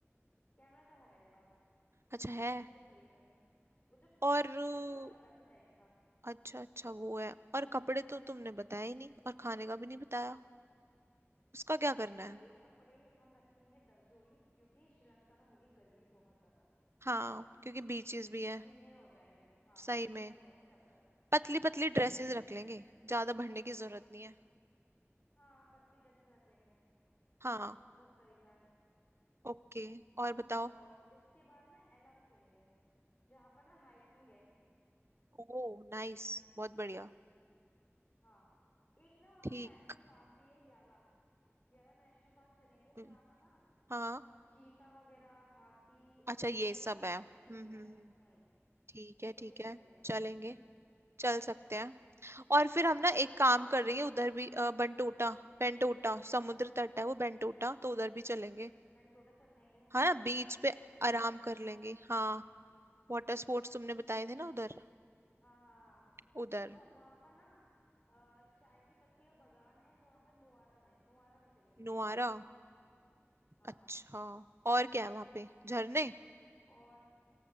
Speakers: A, on the left; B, on the right.
A: कैमरा तो है मेरे पास
B: अच्छा है
A: उसकी तो कोई दिक्कत नहीं वो जो पिक्सल
B: और अ,
A: प्रो नहीं होता वैसे टाइप का
B: अच्छा अच्छा वो है और कपड़े तो तुमने बताया ही नहीं और खाने का भी नहीं बताया उसका क्या करना
A: कपड़े
B: है
A: कपड़े हम रखेंगे दस जोड़ी क्योंकि श्रीलंका में होगी गर्मी बहुत ज्यादा
B: हाँ क्योंकि बीचेस भी है
A: पसीने में हो जाएंगे हाँ
B: सही
A: पसीने
B: में
A: में हो जाएंगे तरतर
B: पतली पतली ड्रेसेस रख लेंगे ज्यादा भरने की जरूरत नहीं है
A: हाँ पतली ड्रेसेस रख लेंगे
B: हाँ
A: सबसे अच्छा तरीका है
B: ओके और बताओ
A: और इसके बाद ना एला भी चलेंगे जहाँ पर ना हाइकिंग है
B: ओ नाइस बहुत बढ़िया
A: हाँ एक ना वहाँ
B: ठीक
A: पर नेशनल पार्क भी है याला याला नेशनल पार्क चलेंगे जहाँ
B: हम्म,
A: पर ना
B: हाँ
A: अ, चीता वगैरह हाथी और
B: अच्छा
A: बहुत
B: ये
A: सारे
B: सब
A: ना
B: है हम्म
A: पक्षी वगैरह
B: हम्म हम्म,
A: हैं। हम्म
B: ठीक है
A: उनको
B: ठीक
A: देखने
B: है
A: चलेंगे
B: चलेंगे चल सकते हैं और फिर हम
A: और
B: ना एक काम कर रही है उधर भी अ, बंटोटा
A: क्या
B: बेंटोटा समुद्र तट है वो बेंटोटा तो उधर भी चलेंगे
A: बेंटोटा चल लेंगे
B: हाँ
A: बताया
B: ना
A: तो
B: बीच
A: था बेंटोटा
B: पे
A: भी
B: आराम कर लेंगे हाँ वाटर स्पोर्ट्स तुमने बताए थे ना उधर
A: हाँ हाँ हाँ
B: उधर
A: सुनो वहां पर ना अ, चाय की पत्ती का बागान है जहां पर नुआरा में नुआरा भी चलेंगे
B: नुआरा
A: देखने हाँ
B: अच्छा और क्या है वहां पे झरने
A: और